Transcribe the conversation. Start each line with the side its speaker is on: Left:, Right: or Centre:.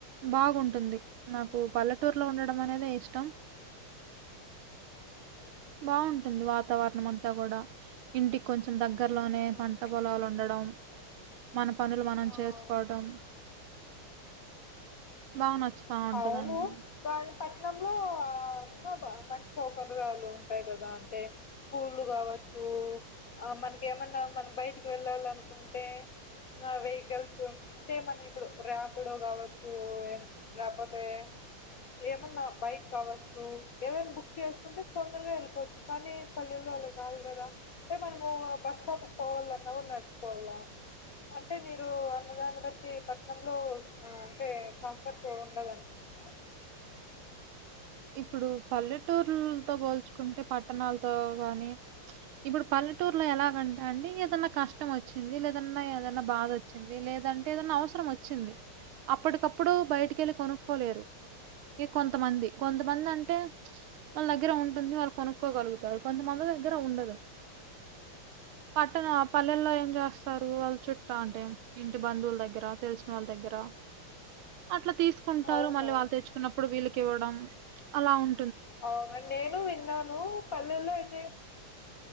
Right: బాగుంటుంది నాకు
Left: హ్మ్.
Right: పల్లెటూరులో ఉండడం
Left: హ్మ్.
Right: అనేదే ఇష్టం బాగుంటుంది వాతావరణం అంతా కూడా ఇంటికి కొంచెం దగ్గరలోనే
Left: హ్మ్.
Right: పంట పొలాలు ఉండడం మన పనులు మనం
Left: ఆ!
Right: చేసుకోవటం
Left: ఆ!
Right: బాగా నచ్చుతా ఉంటదండి
Left: అవును కానీ పట్నంలో ఆ ఇంకా బా మంచి సౌకర్యాలు ఉంటాయి కదా అంటే స్కూల్లు కావ చ్చు ఆ మనకి ఏమన్నా మనం బయటికి వెళ్ళాలి అనుకుంటే ఆ వెహికల్స్ అంటేమన్నా ఇప్పుడు ర్యాపిడో కావచ్చు ఏం లేకపోతే ఏమన్నా బైక్ కావచ్చు ఏదన్నా బుక్ చేసుకుంటే తొందరగా వెళ్ళిపోవచ్చు కానీ పల్లెల్లో కాదు కదా అంటే మనము బస్ స్టాప్ కి పోవాలన్నా నడిచి పోవాళ్ళ అంటే మీరు అన్న దాన్ని బట్టి పట్నంలో అంటే కంఫర్ట్ ఉండదంటున్నారా
Right: ఇప్పుడు పల్లెటూరులతో పోల్చుకుంటే పట్టణాలతో కానీ ఇప్పుడు పల్లెటూరులో ఎలాగంటే అండి ఏదన్నా కష్టం వచ్చింది లేదన్నా ఏదన్నా బాధ వచ్చింది లే లేదంటే ఏదన్నా అవసరం వచ్చింది అప్పటికప్పుడు బయటికి వెళ్ళి కొనుక్కోలేరు ఇ కొంత మంది కొంతమంది అంటే వాళ్ళ దగ్గర ఉంటుంది వాళ్ళు కొనుక్కోగలుగుతారు కొంతమంది దగ్గర ఉండదు
Left: ఆ
Right: పట్టణ పల్లెల్లో ఏం జేస్తారు వాళ్ళ చుట్ట అంటే ఇంటి బంధువుల్ దగ్గర తెలిసిన వాళ్ళ దగ్గర. అట్లా తీసుకుంటారు
Left: అవునవును.
Right: మళ్ళీ వాళ్ళు తెచ్చుకున్నప్పుడు వీళ్ళకి ఇవ్వడం అలా ఉం.
Left: అవున్ నేను విన్నాను పల్లెల్లో అయితే.